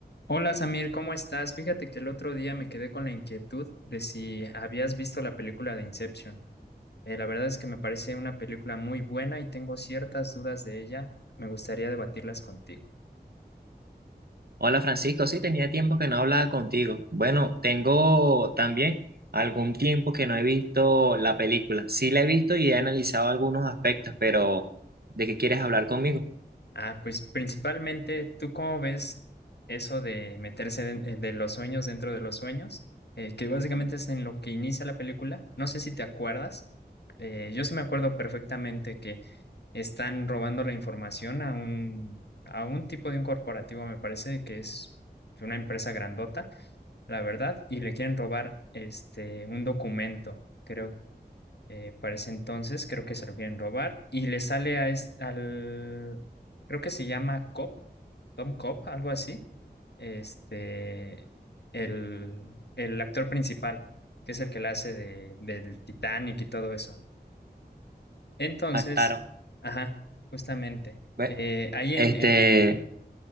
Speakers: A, on the left (about 75°); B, on the right (about 65°).
A: Hola Samir, ¿cómo estás? Fíjate que el otro día me quedé con la inquietud de si habías visto la película de Inception. Eh, la verdad es que me parece una película muy buena y tengo ciertas dudas de ella. Me gustaría debatirlas contigo.
B: Hola Francisco, sí, tenía tiempo que no hablaba contigo. Bueno, tengo también algún tiempo que no he visto la película. Sí la he visto y he analizado algunos aspectos, pero ¿de qué quieres hablar conmigo?
A: Ah, pues principalmente, ¿tú cómo ves eso de meterse den- eh, de, los sueños dentro de los sueños? Eh, que básicamente es en lo que inicia la película. No sé si te acuerdas. Eh, yo sí me acuerdo perfectamente que están robando la información a un, a un tipo de un corporativo, me parece que es una empresa grandota, la verdad, y le quieren robar este un documento, creo, eh, para ese entonces, creo que se lo quieren robar, y le sale a es- al, creo que se llama Cop, Tom Cop, algo así, este, el, el actor principal, que es el que la hace de, del Titanic y todo eso. Entonces,
B: Ah, claro.
A: ajá, justamente.
B: Ve-
A: eh, ahí
B: Este,
A: en eh,